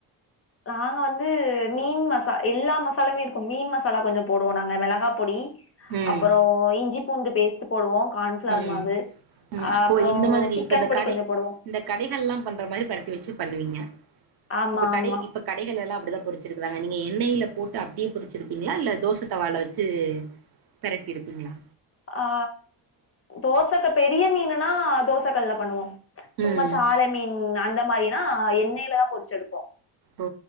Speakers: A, on the left; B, on the right.
A: நாங்க வந்து மீன் மசா எல்லா மசாலுமே இருக்கு மீன் மசாலா கொஞ்சோ போடுவோ நாங்க மெளகா பொடி
B: ம்
A: அப்பறோ இஞ்சி பூண்டு பேஸ்ட் போடுவோ கார்ன்ஃபிளார்
B: ம்
A: மாவு
B: ம்
A: அப்பறோ
B: ஓ இந்த மாதிரி
A: சிக்கன்
B: இப்ப இந்த
A: பொடி
B: கடை
A: கொஞ்சோ போடுவோ
B: இந்த கடைகள்ல்லா பண்ற மாரி பெரட்டி வச்சி பண்ணுவீங்க
A: ஆமா
B: இப்ப கடை
A: ஆமா
B: இப்ப கடைகள்ல எல்லா அப்டிதா பொரிச்சிருக்குறாங்க நீங்க எண்ணெயில போட்டு அப்டியே பொரிச்சி எடுப்பீங்களா இல்ல தோசை தவால வச்சி தரட்டி எடிப்பிங்களா
A: ஆ தோசைக்கு பெரிய மீன்னனா தோச கல்ல பண்ணுவ சும்மா
B: ம்
A: சால மீன் அந்த மாதிரினா எண்ணெயில தா பொரிச்சு எடுப்போ
B: ஓ